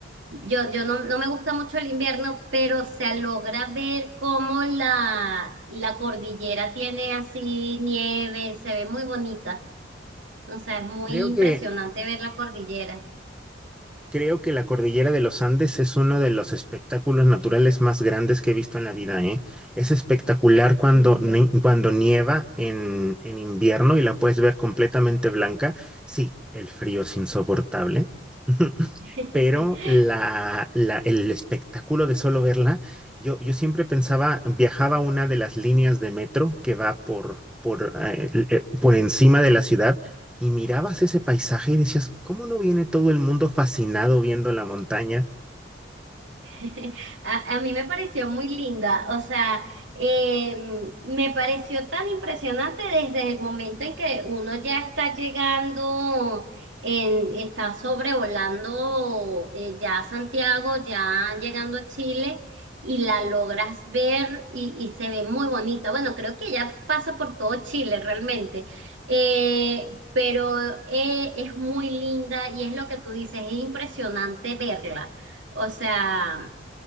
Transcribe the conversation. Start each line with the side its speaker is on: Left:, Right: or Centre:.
Right: Yo, yo no, no me gusta mucho el invierno, pero se logra ver cómo la, la cordillera tiene así nieve, se ve muy bonita. O sea, es muy
Centre: Creo
Right: impresionante
Centre: que,
Right: ver la cordillera.
Centre: creo que la cordillera de los Andes es uno de los espectáculos naturales más grandes que he visto en la vida, ¿eh? Es espectacular cuando,
Right: Sí.
Centre: ni- cuando nieva en, en invierno y la puedes ver completamente blanca. Sí, el frío es insoportable. <laughs>
Right: <laughs>
Centre: pero la, la- el espectáculo de solo verla, yo, yo siempre pensaba, viajaba a una de las líneas de metro que va por, por, eh, l- eh, por encima de la ciudad y mirabas ese paisaje y decías, ¿cómo no viene todo el mundo fascinado viendo la montaña?
Right: <laughs> A, a mí me pareció muy linda, o sea, eh, me pareció tan impresionante desde el momento en que uno ya está llegando, en, está sobrevolando eh, ya Santiago, ya llegando a Chile y la logras ver y, y se ve muy bonita. Bueno, creo que ya pasa por todo Chile realmente, eh, pero eh, es muy linda y es lo que tú dices, es impresionante verla. O sea,